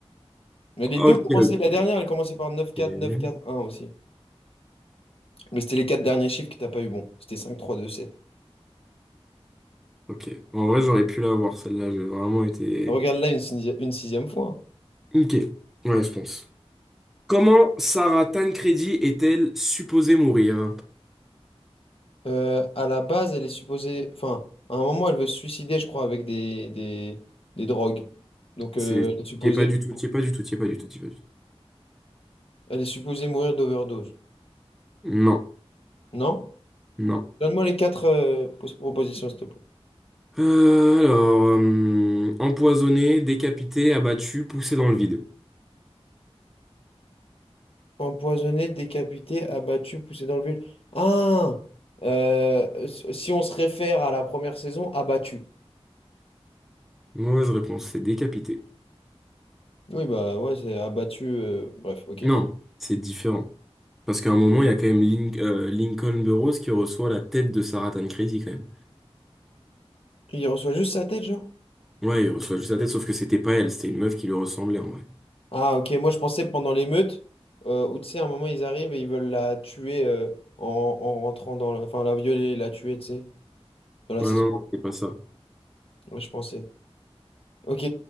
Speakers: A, on the left (about 60°); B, in the centre.
A: Mais les
B: Ok,
A: deux commençaient,
B: ok.
A: la dernière, elle commençait par neuf quatre
B: Et-
A: neuf quatre un aussi. Mais c'était les quatre derniers chiffres que t'as pas eu bon. C'était cinq trois deux sept.
B: Ok. En vrai, j'aurais pu l'avoir, celle-là. J'ai vraiment été...
A: Regarde là une, sixi- une sixième fois. hein.
B: Ok. Ouais, je pense. Comment Sarah Tancredi est-elle supposée mourir?
A: Euh, à la base, elle est supposée. Enfin, à un moment, elle veut se suicider, je crois, avec des, des, des drogues. Donc, euh,
B: C'est...
A: elle est supposée,
B: T'y es pas du
A: de-
B: tout, t'y es pas du tout, t'y es pas du tout, t'y es pas du tout.
A: elle est supposée mourir d'overdose.
B: Non,
A: Non?
B: non.
A: Donne-moi les quatre euh, pos- propositions, s'il te plaît.
B: Euh, alors... euh, empoisonnée, décapitée, abattue, poussée dans le vide.
A: Empoisonné, décapité, abattu, poussé dans le vide. Ah! Euh, si on se réfère à la première saison, abattu.
B: Mauvaise réponse, c'est décapitée.
A: Oui, bah ouais, c'est abattu. euh, Bref, ok.
B: Non, c'est différent. Parce qu'à un moment, il y a quand même Lin- euh, Lincoln Burrows qui reçoit la tête de Sarah Tancredi, quand même.
A: Il reçoit juste sa tête, genre?
B: Ouais, il reçoit juste la tête, sauf que c'était pas elle, c'était une meuf qui lui ressemblait, en vrai.
A: Ah, ok, moi je pensais pendant l'émeute, euh, où tu sais, à un moment ils arrivent et ils veulent la tuer euh, en, en rentrant dans la. Enfin, la violer, la tuer, tu sais, dans la
B: Ouais,
A: saison.
B: non, non, c'est pas ça.
A: Moi je pensais. Ok.